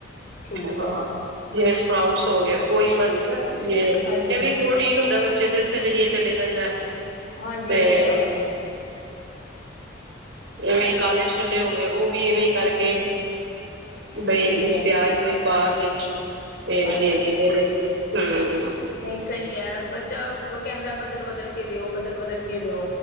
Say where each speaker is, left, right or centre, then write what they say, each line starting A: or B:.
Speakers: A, on the left; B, on the right.
A: ਠੀਕ
B: ਹਾਂ,
A: ਹੈ
B: ਜਿਵੇਂ ਸਪਰਾਊਟਸ ਹੋ ਗਏ, ਉਹੀ ਬਣ ਗਏ ਨਾ ਜਿਵੇ,
A: ਹਾਂਜੀ
B: ਇਹ ਵੀ। ਰੂਟੀਨ ਹੁੰਦਾ ਬੱਚੇ ਦੇ ਉੱਤੇ ਜ਼ਰੀਏ ਚਲੀ ਜਾਂਦਾ,
A: ਹਾਂਜੀ
B: ਤੇ
A: ਇਹ ਤਾਂ ਹੈਗਾ
B: ਹਾਂ।
A: ਭੈਣ ਜੀ
B: ਇਵੇਂ ਕਾਲੇ ਛੋਲੇ ਹੋ ਗਏ। ਉਹ ਵੀ ਇਵੇਂ ਕਰਕੇ। ਬਈ
A: ਠੀਕ
B: ਇਹਦੇ ਵਿੱਚ
A: ਹੈ
B: ਪਿਆਜ਼ ਪਊਜ ਪਾ ਕੇ, ਤੇ
A: ਹਾਂਜੀ
B: ਦੇ ਦੇਈਂ ਨੇ, ਹੂੰ।
A: ਨਹੀਂ ਸਹੀ ਹੈ, ਬੱਚਾ। ਉਹ ਕਹਿੰਦਾ ਬਦਲ- ਬਦਲ ਕੇ ਦਿਓ, ਬਦਲ- ਬਦਲ ਕੇ ਦਿਓ,